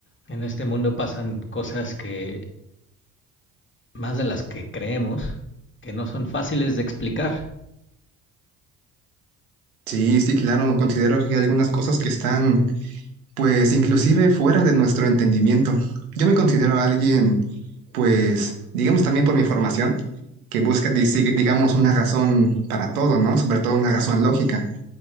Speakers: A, on the left; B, on the right.
A: en este mundo pasan cosas que más de las que creemos, que no son fáciles de explicar.
B: Sí, sí, claro, considero que hay algunas cosas que están pues inclusive fuera de nuestro entendimiento. Yo me considero alguien, pues, digamos también por mi formación, que busca, disi- digamos, una razón para todo, ¿no? Sobre todo una razón lógica.